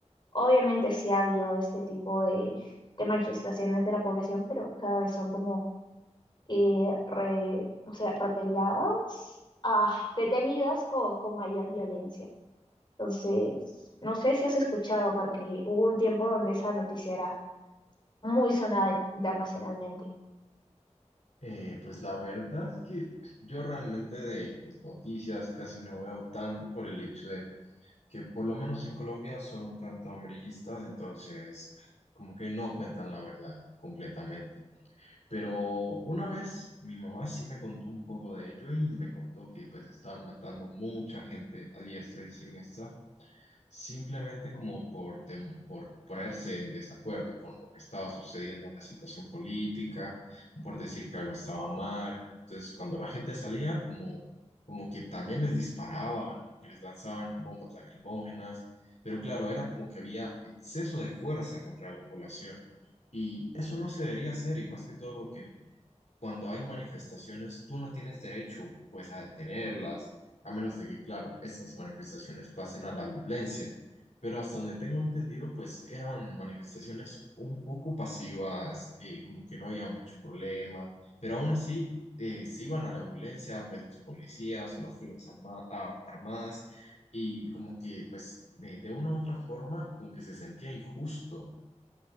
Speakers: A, on the left; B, on the left.
A: obviamente sí ha habido este tipo de, de manifestaciones de la población, pero cada vez son como, eh, re- no sé, repeladas, ah, detenidas con, con mayor violencia. Entonces, no sé si has escuchado, porque hubo un tiempo donde esa noticia era muy sonada internacionalmente.
B: Eh, pues la verdad es que yo realmente de pues, noticias casi no veo tanto por el hecho de que por lo menos en Colombia son un tanto hombrillistas, entonces como que no cuentan la verdad completamente. Pero una vez mi mamá sí me contó un poco de ello y me contó que pues estaban matando mucha gente a diestra y siniestra simplemente como por, temo- por ponerse en desacuerdo con lo que estaba sucediendo en la situación política, por decir que algo estaba mal. Entonces, cuando la gente salía, como, como que también les disparaban o que les lanzaban bombas lacrimógenas, pero claro, era como que había exceso de fuerza contra la población. Y eso no se debería hacer, y más que todo porque cuando hay manifestaciones, tú no tienes derecho, pues, a detenerlas, a menos de que, claro, estas manifestaciones pasen a la violencia. Pero hasta donde tengo entendido, pues, eran manifestaciones un poco pasivas, eh, como que no había mucho problema, pero aún así eh, se iban a la violencia, pues, los policías o las fuerzas arma- a- armadas, y como que, pues, de, de una u otra forma, como que se sentía injusto.